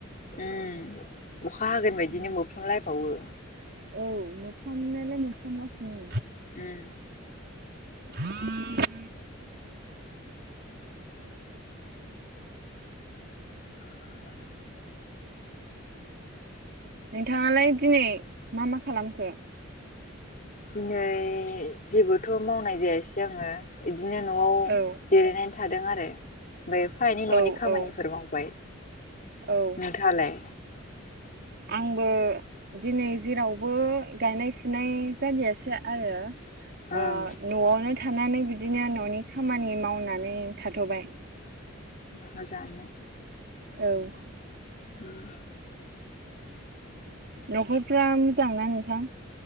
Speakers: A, on the left; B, on the right.
A: उम अखा हागोन बादिनो
B: उम,
A: बोफ्लामलायबावो।
B: औ मोफ्लामनायलाय मोफ्लामगासिनो।
A: उम
B: <inaudible>
A: <inaudible>
B: नोंथाङालाय दिनै मा मा खालामखो
A: दिनै जेबोथ' मावनाय जायासै आङो बिदिनो न'आव
B: औ
A: जिरायनानै थादों आरो ओमफ्राय एफा एनै न'नि
B: औ
A: खामानिफोर
B: औ
A: मावबाय
B: औ
A: नोंथाङालाय
B: आंबो दिनै जेरावबो गायनाय फुनाय जलियासो आरो
A: ओं
B: न'आवनो थानानै बिदिनो न'नि खामानि मावनानै थाथ'बाय
A: मोजाङानो
B: औ
A: हम
B: न'खरफ्रा मोजांना नोंथां